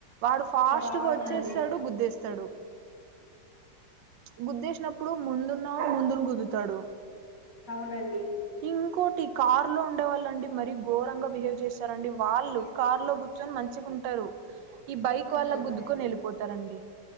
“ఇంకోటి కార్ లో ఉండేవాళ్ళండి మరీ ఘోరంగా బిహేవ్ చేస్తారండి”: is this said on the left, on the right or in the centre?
Right